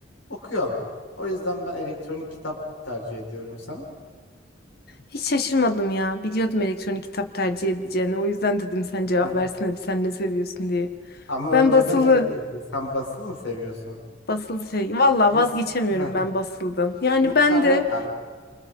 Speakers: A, on the left; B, on the left.
A: okuyorsun. O yüzden ben elektronik kitap tercih ediyorum sen.
B: Hiç şaşırmadım ya. Biliyordum elektronik kitap tercih edeceğini. O yüzden dedim sen cevap
A: Hı hı.
B: versene bir sen ne seviyorsun diye.
A: Ama
B: Ben
A: önceden
B: basılı.
A: öyle değildi. Sen basılı mı seviyorsun?
B: Basılı şey. Valla
A: Mes
B: vazgeçemiyorum
A: Heh.
B: ben basıldım. Yani
A: Mesela
B: ben
A: neden?
B: de